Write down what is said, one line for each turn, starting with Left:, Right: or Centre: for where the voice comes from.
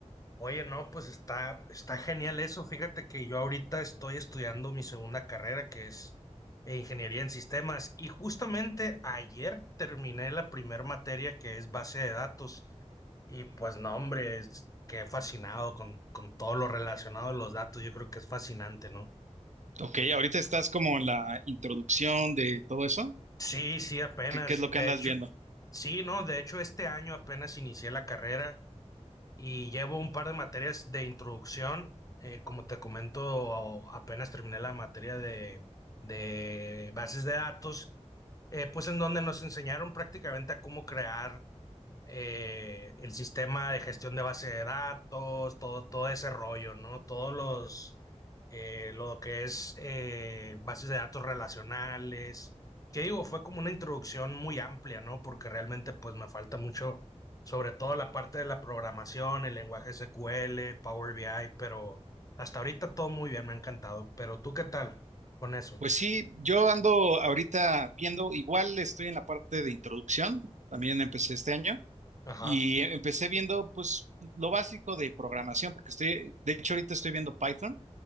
Left: Oye, no, pues está, está genial eso. Fíjate que yo ahorita estoy estudiando mi segunda carrera, que es eh, ingeniería en sistemas, y justamente ayer terminé la primer materia que es base de datos. Y pues no, hombre, es- quedé fascinado con, con todo lo relacionado a los datos. Yo creo que es fascinante, ¿no?
Right: Ok, ahorita estás como en la introducción de todo eso.
Left: Sí, sí, apenas.
Right: ¿Qué, qué es lo que
Left: De
Right: andas
Left: hecho,
Right: viendo?
Left: sí, no, de hecho este año apenas inicié la carrera y llevo un par de materias de introducción. Eh, como te comento, apenas terminé la materia de, de bases de datos, eh, pues en donde nos enseñaron prácticamente a cómo crear eh, el sistema de gestión de base de datos, todo, todo ese rollo, ¿no? Todos los, eh, lo que es eh, bases de datos relacionales, que digo, fue como una introducción muy amplia, ¿no? Porque realmente pues me falta mucho, sobre todo la parte de la programación, el lenguaje SQL, Power BI, pero hasta ahorita todo muy bien, me ha encantado. Pero tú, ¿qué tal con eso?
Right: Pues sí, yo ando ahorita viendo, igual estoy en la parte de introducción, también empecé este año.
Left: Ajá.
Right: Y empecé viendo, pues, lo básico de programación, porque estoy, de hecho, ahorita estoy viendo Python